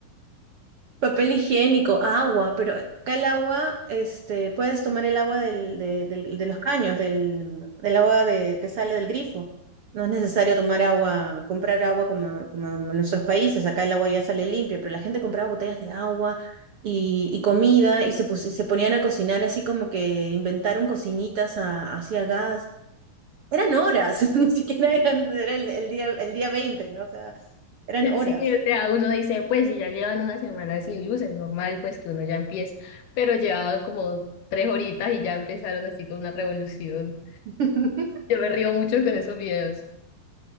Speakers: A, on the right (about 55°); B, on the left (about 85°).
A: Papel higiénico, agua, pero acá el agua, este, puedes tomar el agua del, de, del- de los caños, del, del agua de, que sale del grifo. No es necesario tomar agua, comprar agua como, como en nuestros países. Acá el agua ya sale limpia, pero la gente compraba botellas de agua y, y comida y se, pus- y se ponían a cocinar así como que inventaron cocinitas a, hacia gas. Eran horas, <laughs> ni siquiera eran, era el, el día, el día 20, ¿no? O sea, eran
B: <laughs>
A: horas.
B: Sí, o sea, uno dice, pues si ya llevan una semana sin luz, es normal pues que uno ya empiece, pero llevaba como tres horitas y ya empezaron así con una revolución.
A: <laughs>
B: Yo me río mucho con esos videos.